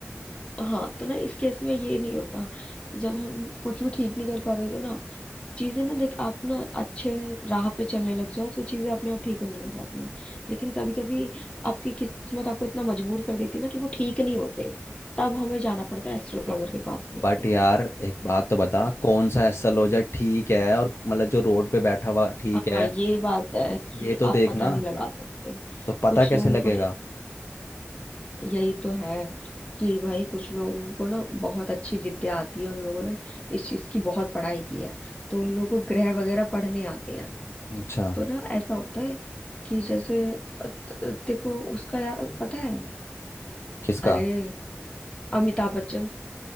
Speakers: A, on the left; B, on the left.
A: हाँ तो ना इस केस में ये नहीं होता जब हम कुछ भी ठीक नहीं कर पा रहे तो ना चीजें ना देख आप ना अच्छे राह पे चलने लग जाओ तो चीजें अपने आप ठीक होने लग जाती हैं लेकिन कभी कभी आपकी किस्मत आपको इतना मजबूर कर देती है ना कि वो ठीक नहीं होते तब हमें जाना पड़ता है एस्ट्रोलॉजर के पास
B: बट
A: में
B: यार एक बात तो बता कौन सा ऐसा लॉजर ठीक है और मतलब जो रोड पे बैठा हुआ ठीक
A: हाँ
B: है
A: ये बात है कि
B: ये तो
A: आप
B: देखना
A: पता नहीं लगा सकते
B: तो पता
A: कुछ
B: कैसे
A: लोगों
B: लगेगा
A: को तो यही तो है कि भाई कुछ लोगों को ना बहुत अच्छी विद्या आती है उन लोगों ने इस चीज की बहुत पढ़ाई की है तो उन लोगों को ग्रह वगैरह पढ़ने आते हैं
B: अच्छा
A: तो ना ऐसा होता है कि जैसे अ, त- देखो उसका यार पता है
B: किसका
A: अरे अमिताभ बच्चन